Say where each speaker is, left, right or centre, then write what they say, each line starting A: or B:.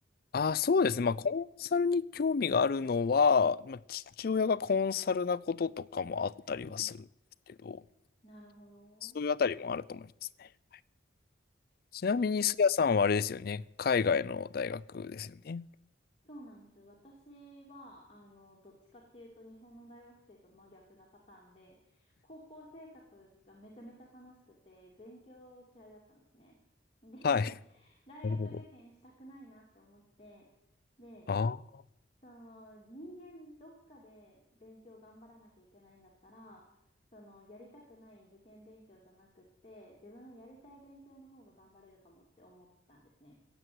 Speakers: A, on the left; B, on the left.
A: あ、そうですね。
B: なるほどね。
A: まあ、コンサルに興味があるのは、まあ、父親がコンサルなこととかもあったりはするんですけど、
B: うん、なるほど。
A: そういうあたりもあると思いますね。ちなみに、
B: いや、
A: すやさんはあれですよね。海外の大学ですよね。
B: そうなんです。私は、あの、どっちかっていうと日本の大学生と真逆なパターンで、高校生活がめちゃめちゃ楽しくて、勉強嫌いだったんですね。で、
A: はい。
B: <laughs> 大学受験したくないなって思って、
A: なるほど。
B: で、
A: あ
B: その人間どっかで勉強頑張らなきゃいけないんだったら、そのやりたくない受験勉強じゃなくって、自分のやりたい勉強の方が頑張れるかもって思ったんですね。